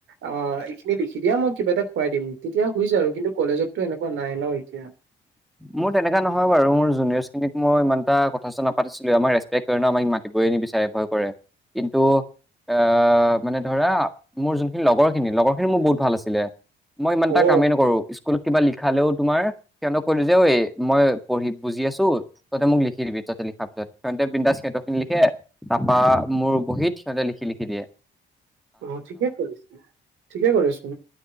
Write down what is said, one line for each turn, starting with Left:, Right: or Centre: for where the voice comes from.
Right: আ এখিনি লিখি দিয়া মই কিবা এটা খুৱাই দিম। তেতিয়া শুইছে আৰু কিন্তু কলেজততো এনেকুৱা নাই ন এতিয়া।
Centre: মোৰ তেনেকা নহয় বাৰু মোৰ জুনিয়ৰচ খিনিক মই ইমানটা কথা চথা নাপাতিছিলোৱে আমাক ৰেচপেক কৰে ন আমাক মাতিবই নিবিচাৰে ভয় কৰে কিন্তু, আহ মানে ধৰা মোৰ যোনখিনি লগৰখিনি লগৰখিনি মোৰ বহুত ভাল আছিলে। মই ইমানটা
Right: অ
Centre: কামেই নকৰো স্কুলত কিবা লিখালেও তোমাৰ হেহতক কলো যে ঐ মই পঢ়ি বুজি আছো ততে মোক লিখি দিবি ততে লিখা পিছত সিহনতে বিন্দাচ সিহঁত খিনি লিখ খে তাপা মোৰ বহীত সিহঁতে লিখি লিখি দিয়ে।
Right: অ ঠিকেই কৰিছে ঠিকে কৰিছ